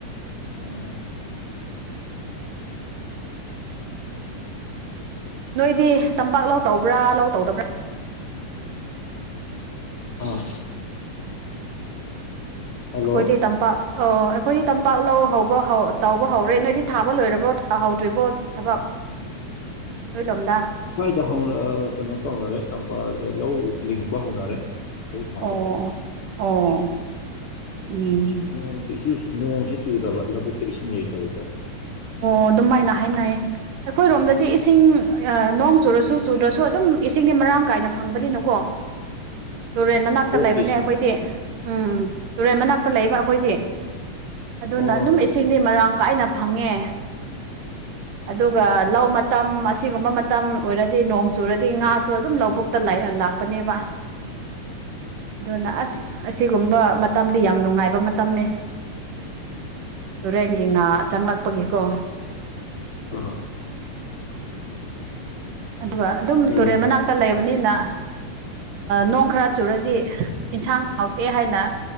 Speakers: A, on the left (about 55°); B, on the right (about 75°).
A: ꯑꯥ
B: ꯅꯣꯏꯗꯤ ꯇꯝꯄꯥꯛ ꯂꯧ ꯇꯧꯕ꯭ꯔꯥ ꯂꯧ ꯇꯧꯗꯕ꯭ꯔꯥ
A: ꯑꯥ ꯍꯜꯂꯣ
B: ꯑꯩꯈꯣꯏꯗꯤ ꯇꯝꯄꯥꯛ ꯑꯣ ꯑꯩꯈꯣꯏꯗꯤ ꯇꯝꯄꯥꯛ ꯂꯧ ꯍꯧꯕ ꯇꯥꯎꯧꯕ ꯍꯧꯔꯦ ꯅꯣꯏꯗꯤ ꯊꯥꯕ ꯂꯣꯏꯔꯕ꯭ꯔꯣ ꯇꯥꯍꯧꯗ꯭ꯔꯤꯕꯣ ꯊꯕꯛ ꯍꯣꯏ ꯂꯝꯗ
A: ꯁ꯭ꯋꯥꯏꯗ ꯀꯩꯅꯣ ꯇꯧꯅꯔꯦ ꯇꯝꯄꯥꯛ ꯂꯧ ꯂꯤꯡꯕ ꯍꯧꯅꯔꯦ ꯂꯧ ꯊꯥꯕ
B: ꯑꯣ ꯑꯣ ꯎꯝ
A: ꯑꯗꯣ ꯅꯣꯡꯁꯨ ꯅꯣꯡꯁꯤ ꯆꯨꯗꯕ ꯂꯧꯕꯨꯛꯇ ꯏꯁꯤꯡ ꯂꯩꯇꯕꯀꯣ
B: ꯑꯣ ꯑꯗꯨꯝꯃꯥꯏꯅ ꯍꯥꯏꯅꯌꯦ ꯑꯩꯈꯣꯏꯔꯣꯝꯗꯗꯤ ꯏꯁꯤꯡ ꯅꯣꯡ ꯆꯨꯔꯁꯨ ꯆꯨꯗ꯭ꯔꯁꯨ ꯑꯗꯨꯝ ꯏꯁꯤꯡꯗꯤ ꯃꯔꯥꯡ ꯀꯥꯏꯅ ꯐꯪꯕꯅꯤꯅꯀꯣ <unintelligible> ꯇꯨꯔꯦꯜ ꯃꯅꯥꯛꯇ
A: ꯂꯣꯛꯀꯤ
B: ꯂꯩꯕꯅꯦ
A: ꯏꯁꯤꯡ
B: ꯑꯩꯈꯣꯏꯗꯤ ꯎꯝ ꯇꯨꯔꯦꯜ ꯃꯅꯥꯛꯇ ꯂꯩꯕ ꯑꯩꯈꯣꯏꯗꯤ ꯑꯗꯨꯅ
A: ꯑꯣ
B: ꯑꯗꯨꯝ ꯏꯁꯤꯡꯗꯤ ꯃꯔꯥꯡ ꯀꯥꯏꯅ ꯐꯪꯉꯦ
A: ꯑꯣ
B: ꯑꯗꯨꯒ ꯂꯧ ꯃꯇꯝ ꯑꯁꯤꯒꯨꯝꯕ ꯃꯇꯝ ꯑꯣꯏꯔꯗꯤ ꯅꯣꯡ ꯆꯨꯔꯗꯤ ꯉꯥꯁꯨ ꯑꯗꯨꯝ ꯂꯧꯕꯨꯛꯇ ꯂꯥꯛꯄꯅꯦꯕ ꯑꯗꯨꯅ ꯑꯁ ꯑꯁꯤꯒꯨꯝꯕ ꯃꯇꯝ ꯌꯥꯝ ꯅꯨꯡꯉꯥꯏꯕ ꯃꯇꯝꯅꯤ ꯇꯨꯔꯦꯟꯒꯤ ꯉꯥ ꯆꯪꯂꯛꯄ ꯒꯦꯀꯣ
A: ꯑ
B: ꯑꯗꯨꯒ ꯑꯗꯨꯝ ꯇꯨꯔꯦꯟ
A: ꯎꯝ
B: ꯃꯅꯥꯛꯇ ꯂꯩꯕꯅꯤꯅ ꯅꯣꯡ ꯈꯔ ꯆꯨꯔꯗꯤ ꯏꯟꯁꯥꯡ ꯍꯥꯎꯇꯦ ꯍꯥꯏꯅ